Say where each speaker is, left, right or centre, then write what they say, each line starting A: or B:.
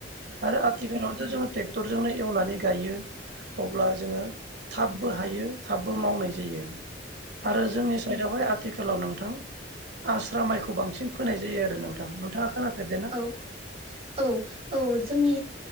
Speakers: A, on the right; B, on the right.
A: आरो आथिखालावथ' जोङो ट्रेक्टरजोंनो एवनानै गायो। अब्ला जोङो थाबबो हायो थाबबो मावनाय जायो । आरो जोंनि साइदआवहाय आथिखालाव नोंथां आस्रा माइ खौ बांसिन फोनाय जायो आरो नोंथां नोंथाङा खोनाफेरदों ना
B: औ औ औ जोंनि